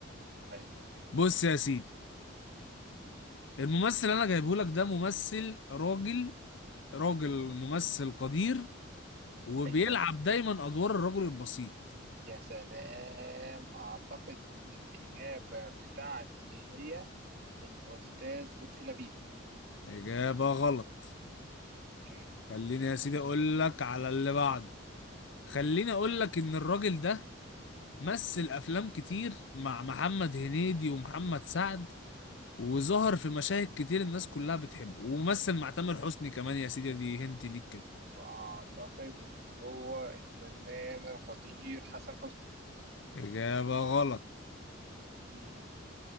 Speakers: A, on the right; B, on the left.
A: طيب
B: بص يا سيدي الممثل اللي انا جايبه لك ده ممثل راجل راجل ممثل قدير وبيلعب
A: ايوه
B: دايما ادوار الرجل البسيط
A: يا سلام اعتقد ان الاجابه بتاعتي هي الاستاذ لطفي لبيب
B: اجابة غلط
A: اوكي
B: خليني يا سيدي اقول لك على اللي بعده خليني اقول لك ان الراجل ده مثل افلام كتير مع محمد هنيدي ومحمد سعد وظهر في مشاهد كتير الناس كلها بتحبه ومثل مع تامر حسني كمان يا سيدي دي هنت ليك كده
A: واعتقد ان هو الفنان القدير حسن حسني
B: اجابة غلط
A: امم